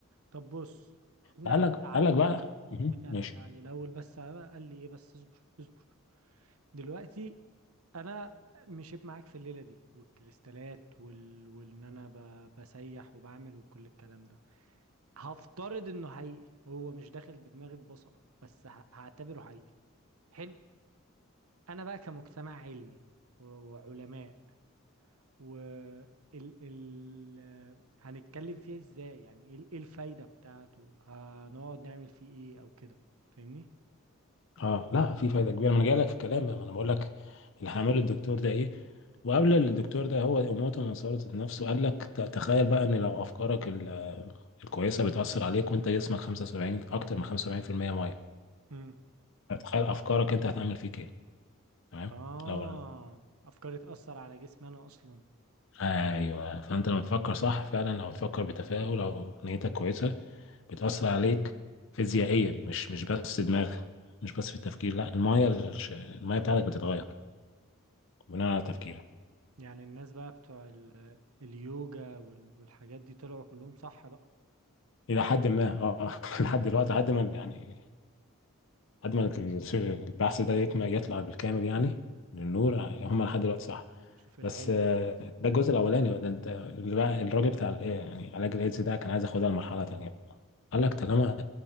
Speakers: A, on the right; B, on the left.
A: طب بص خدني
B: قال
A: على
B: لك
A: قد عقل
B: قال لك بقى مهم.
A: خدني على
B: ماشي
A: قد عقل الاول بس بقى قال لي ايه بس اصبر اصبر دلوقتي انا مشيت معاك في الليله دي والكريستالات وال... وان انا ب... بسيح وبعمل وكل الكلام ده هفترض انه حقيقي هو مش داخل بدماغي ببصله بس ه- هعتبره حقيقي حلو انا بقى كمجتمع علمي و- وعلماء و ال ال هنتكلم فيه ازاي يعني ايه ال- إيه الفايدة بتاعته هنقعد نعمل فيه ايه او كده فاهمني
B: اه لا في فايده كبيره ما انا جاي لك في الكلام بقى ما انا بقول لك اللي هعمله الدكتور ده ايه وقبل الدكتور ده هو اموته من سلطة نفسه قال لك ت- تخيل بقى ان لو افكارك ال- الكويسه بتاثر عليك وانت جسمك 75 اكتر من 75% ميه
A: امم
B: تخيل افكارك انت هتعمل فيك ايه تمام
A: اه
B: لو ال-
A: افكاري تأثر على جسمي انا اصلا
B: ايوه فانت لما تفكر صح فعلا لو تفكر بتفاؤل او نيتك كويسه بتاثر عليك فيزيائيا مش مش بس دماغ مش بس في التفكير لا المايه الش- المايه بتاعتك بتتغير بناء على تفكيرك
A: يعني الناس بقى بتوع ال- اليوجا وال- والحاجات دي طلعوا كلهم صح بقى
B: الى حد ما اه <laughs> لحد دلوقتي لحد ما يعني لحد ما البحث ده يكمل يطلع بالكامل يعني للنور هم لحد دلوقتي صح
A: شوف العلم
B: بس آه،
A: برضه
B: ده الجزء الاولاني بقى ده انت اللي بقى الراجل بتاع الايه يعني علاج الايدز ده كان عايز ياخدها لمرحله تانيه بقى. قال لك طالما